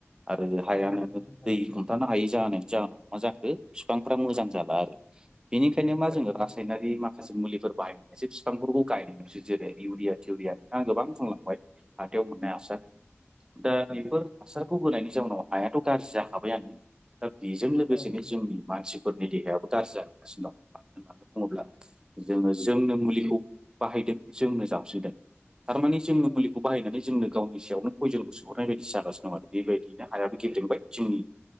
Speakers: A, on the right (about 15°); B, on the left (about 60°).
A: आरो हायानो
B: औ नंगौ नोंथां थारैनो
A: दै हम थानो हायि जानायनि जाहोनाव मा जाखो बिफांफ्रा मोजां जाला आरो। बेनिखायनो मा
B: औ
A: जोङो
B: नंगौ
A: रासायनारि
B: नोंथां
A: मा खासे मुलिफोर बाहायनाय एसे बिफांफोरखौ गायनायसै जेरै इउरिया थिउरिया नोंथाङा गोबां बुंलांबाय। हथाययाव मोननाय हासार दा बेफोर हासारखौ होनायनि जाउनाव हायाथ' गाज्रि जाखाबायआनो। दा बिजों लोगोसेनो
B: औ नंगौ
A: जोंनि
B: नोंथां
A: मानसिफोरनि देहायाबो गाज्रि जालांगासिनो दं मानो होननानै बुङोब्ला जोङो जोंनो मुलिखौ बाहायदों जोंनो जाबस्रिदों थारमानि जोंनो
B: औ
A: मुलिखौ बाहायनानै जोंनो गावनि सायावनो पयजनखौ सुहरनाय बायदि जागासिनो दं आरो बेबायदिनो हायाबो गेब्रेंबाय जोंनि